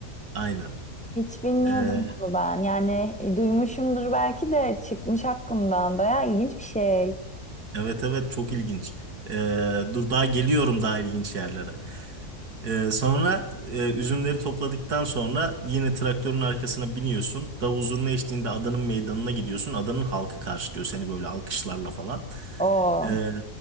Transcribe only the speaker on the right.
Aynen.
Ee,
evet evet çok ilginç. Ee, dur daha geliyorum daha ilginç yerlere. Ee, sonra e, üzümleri topladıktan sonra yine traktörün arkasına biniyorsun. Davul zurna eşliğinde adanın meydanına gidiyorsun. Adanın halkı karşılıyor seni böyle alkışlarla falan.
Ee,